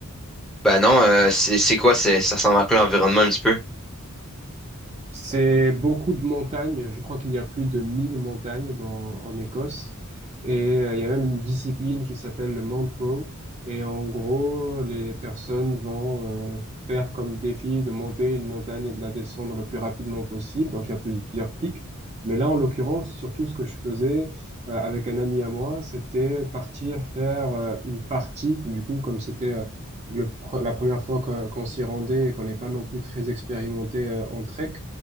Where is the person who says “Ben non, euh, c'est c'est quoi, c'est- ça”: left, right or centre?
Centre